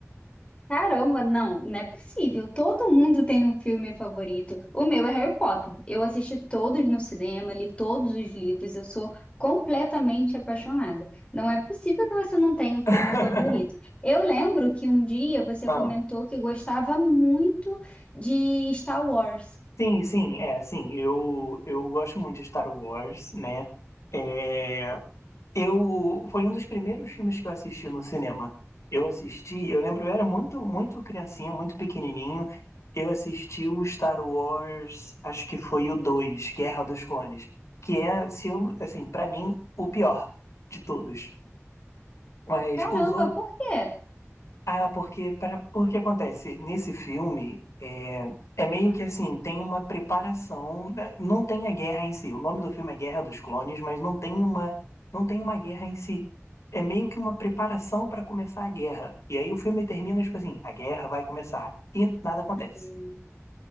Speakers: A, on the left (about 25°); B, on the left (about 70°).
A: Caramba, não, não é possível. Todo mundo tem um filme favorito. O meu é Harry Potter. Eu assisti todos no cinema, li todos os livros, eu sou completamente apaixonada. Não é possível que você não tenha um
B: <laughs>
A: filme favorito. Eu lembro que um dia você
B: Ah,
A: comentou que gostava muito de Star Wars.
B: sim, sim, é, sim, eu, eu gosto muito de Star Wars, né? É, Eu foi um dos primeiros filmes que eu assisti no cinema. Eu assisti, eu lembro, eu era muito, muito criancinha, muito pequenininho. Eu assisti o Star Wars, acho que foi o 2, Guerra dos Clones, que é, se eu, assim, para mim, o pior de todos. Mas
A: Caramba,
B: os outros
A: por quê?
B: ah, porque para porque acontece nesse filme é, é meio que assim tem uma preparação, né? não tem a guerra em si. O nome do filme é Guerra dos Clones, mas não tem uma não tem uma guerra em si. É meio que uma preparação para começar a guerra. E aí o filme termina tipo assim, a guerra vai começar e nada acontece.
A: Hum,